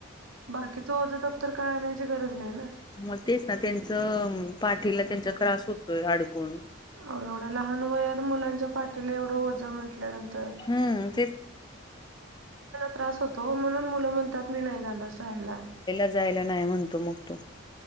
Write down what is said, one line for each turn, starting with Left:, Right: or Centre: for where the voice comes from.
Right: बाकीचं ओझं दप्तर काय आणायची गरज नाही ना.
Left: मग तेच ना तेचं पाटीला त्रास होतोय अडकून.
Right: अ एवढ्या लहान वयात मुलांच्या पाठीला एवढं ओझं म्हंटल्यानंतर.
Left: हम्म.
Right: त्रास होतो म्हणून मुलं म्हणतात मी नाही जाणार शाळेला.
Left: जायला नाही म्हणतो मग तो